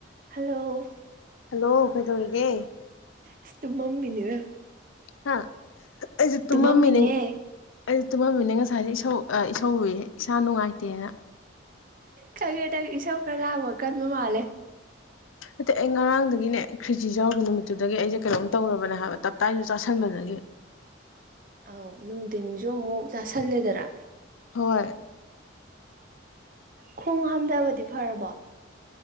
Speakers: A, on the right (about 45°); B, on the left (about 85°).
A: hello
B: hello ꯀꯩꯗꯧꯔꯤꯒꯦ
A: ꯏꯁ ꯃꯝꯃꯤꯅꯤꯔ
B: ꯍꯥ ꯑꯩꯁꯨ ꯇꯨꯃ
A: ꯇꯨꯝꯃꯝꯃꯤꯅꯦ
B: ꯃꯤꯅꯤ ꯇꯨꯝꯃꯃꯤꯅꯦ ꯉꯁꯥꯏ ꯏꯁꯧ ꯏꯁꯧꯕ ꯏꯁꯥ ꯅꯨꯡꯉꯥꯏꯇꯦꯅ
A: ꯆꯒꯦꯗ ꯏꯁꯧ ꯈꯔ ꯂꯥꯛꯕ ꯀꯟꯕ ꯃꯥꯜꯂꯦ
B: ꯅꯠꯇ ꯑꯩ ꯉꯔꯥꯡꯗꯒꯤꯅꯦ ꯈ꯭ꯔꯤꯖꯤ ꯌꯥꯎꯒꯦ ꯅꯨꯃꯤꯠꯇ ꯑꯗꯨꯗꯒꯤ ꯑꯩꯁꯦ ꯀꯩꯅꯣꯝ ꯇꯧꯔꯕꯅꯦ ꯍꯥꯏꯕ ꯇꯞ ꯇꯥꯏꯁꯨ ꯆꯥꯁꯟꯕꯗꯒꯤ
A: ꯑꯥꯎ ꯅꯅꯨꯡꯗꯤꯟꯁꯨ ꯑꯃꯨꯛ ꯆꯥꯁꯟꯂꯦꯗꯔꯥ
B: ꯍꯣꯏ
A: ꯈꯣꯡ ꯍꯥꯝꯊꯕꯗꯤ ꯐꯔꯕꯣ